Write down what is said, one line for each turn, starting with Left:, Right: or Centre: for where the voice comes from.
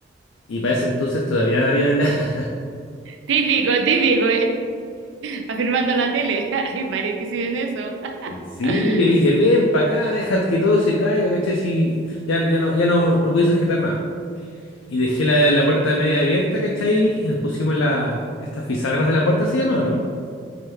Left: Y para ese entonces todavía habían <laughs>
Right: Típico, típico. <laughs> Afirmando la tele. <laughs> Hay varios que hicieron eso. <laughs>
Left: Sí, yo dije, ven para acá, deja que todo se caiga, ¿cachai? Si ya, ya no, ya no, no pude sujetar nada. Y dejé la, la puerta media abierta, ¿cachai? Y nos pusimos la, estas fisagras de la puerta, ¿se llama o no?